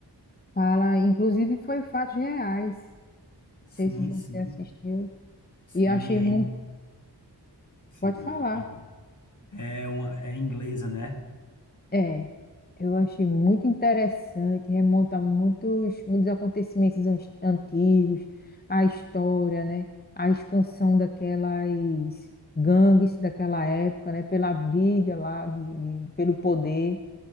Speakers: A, on the left; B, on the left.
A: fala, inclusive foi fatos reais.
B: Sim,
A: Não sei se você
B: sim.
A: assistiu
B: Sim,
A: e achei
B: é,
A: muito.
B: in- sim,
A: Pode
B: pode
A: falar.
B: falar. É uma, é inglesa, né?
A: É, eu achei muito interessante, remonta a muitos, muitos acontecimentos ans- antigos, a história, né? A expansão daquelas gangues daquela época, né? Pela briga lá, de- de- pelo poder.